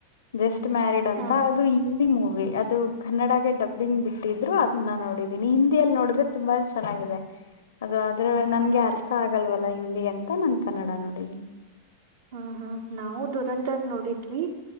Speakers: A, on the left; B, on the right.
A: ಜಸ್ಟ್ ಮ್ಯಾರಿಡ್ ಅಂತ
B: ಹಾ
A: ಅದು ಮೂವಿ ಅದು ಕನ್ನಡಗೆ ಡಬ್ಬಿಂಗ್ ಬಿಟ್ಟಿದ್ರು ಅದನ್ನ ನೋಡಿದೀನಿ ಹಿಂದಿಯಲ್ಲಿ ನೋಡಿದ್ರೆ ತುಂಬಾ ಚೆನ್ನಾಗಿದೆ ಅದು ಆದ್ರೆ
B: ಹೌದಾ
A: ನನ್ಗೆ ಅರ್ಥ ಆಗಲ್ವಲ್ಲ ಹಿಂದಿ ಅಂತ ನನ್ ಕನ್ನಡ ನೋಡಿ
B: ಹ್ಮ್ ಹ್ಮ ನಾವು ದುರಧರ್ ನೋಡಿದ್ವಿ